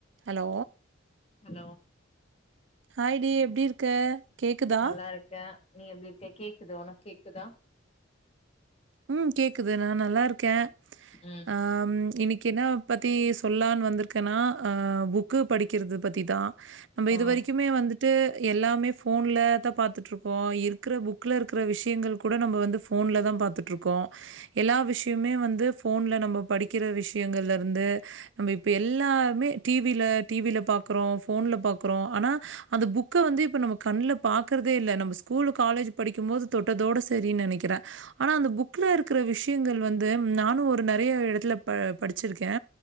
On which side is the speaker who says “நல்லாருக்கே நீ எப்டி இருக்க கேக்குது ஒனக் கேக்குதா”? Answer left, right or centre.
Left